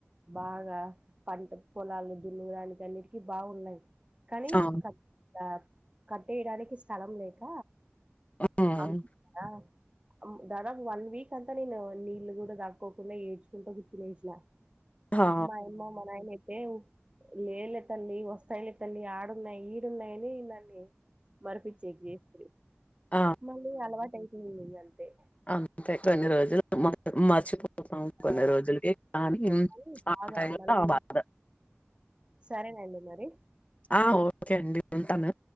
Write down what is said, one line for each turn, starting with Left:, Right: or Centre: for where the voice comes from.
Right: బాగా పంట పొలాలు దున్నడానికి అన్నిటికి బాగున్నాయి కానీ
Left: ఆ!
Right: కత్ బాగ్ కట్టేయడానికి స్థలం లేక
Left: హ్మ్.
Right: అనుకుంటున్నావా దాదాపు ఒక వన్ వీక్ అంతా నేను నీళ్లు కూడా తాక్కోకుండా ఏడ్చుకుంటూ కూర్చునేసిన
Left: ఆ!
Right: మా యామ్మా మా నానైతే లేలే తల్లి వస్తాయిలే తల్లి ఆడున్నాయి ఈడున్నాయని ఈ దన్ని మరిపించేకి చేసింది
Left: ఆ!
Right: మళ్ళీ అలవాటు అయితు
Left: అంతే కొన్ని రోజులు మరిచపో కొన్ని
Right: ఆ
Left: రోజులక కానీ
Right: కానీ
Left: ఆ
Right: బాగా
Left: టై లో
Right: మనం
Left: ఆ బాధ
Right: సరేనండి మరి
Left: ఆ ఓకే అండి ఉంటాను